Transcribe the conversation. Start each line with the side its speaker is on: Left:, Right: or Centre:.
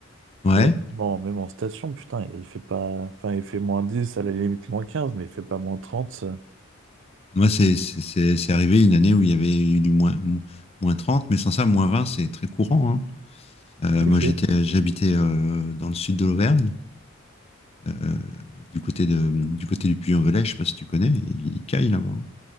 Left: Ouais.
Right: Et bon, même en station, putain, il, il fait pas. Enfin, il fait moins 10 à la limite moins quinze mais il fait pas moins trente ça.
Left: Moi, c'est c'est- c'est- c'est arrivé une année où il y avait eu du moins, moins 30, mais sans ça, moins 20, c'est très courant. hein. Euh, moi,
Right: Ok.
Left: j'étais, j'habitais euh, dans le sud de l'Auvergne, euh, du côté de, du côté du Puy-en-Velay, je sais pas si tu connais, il caille là-bas. hein.